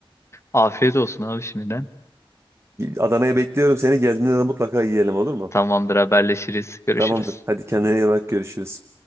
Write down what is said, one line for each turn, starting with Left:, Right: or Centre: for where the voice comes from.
Left: Afiyet olsun abi şimdiden.
Right: Adana'ya bekliyorum seni. Geldiğinde de mutlaka yiyelim olur mu?
Left: Tamamdır haberleşiriz. Görüşürüz.
Right: Tamamdır. Hadi kendine iyi bak görüşürüz.